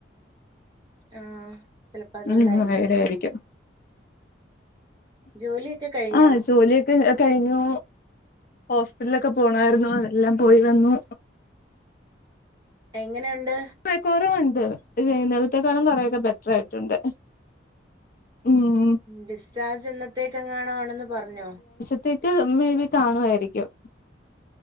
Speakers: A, on the right (about 20°); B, on the left (about 45°).
A: ആ ചിലപ്പോ അതുകൊണ്ടായിരിക്കും
B: ഉം ഉ വയര ആയിരിക്കും
A: ജോലിയൊക്കെ കഴിഞ്ഞോ
B: ആഹ് ജോലിയൊക്കെ കഴിഞ്ഞു ഹോസ്പിറ്റലൊക്കെ പോണായിരുന്നു അതെല്ലാം പോയി വന്നു
A: എങ്ങനെയുണ്ട്
B: കൊറവ് ഉണ്ട് ഇത് ഇന്നലത്തെക്കാളും കൊറെേൊക്കെ ബെറ്റർ ആയിട്ടുണ്ട് ഉം
A: ഡിസ്ചാർജ് എന്നത്തേക്ക എങ്ങാണോ ആണെന്ന് പറഞ്ഞോ
B: ത്തേക്ക് മേ ബി കാണുായിരിക്കും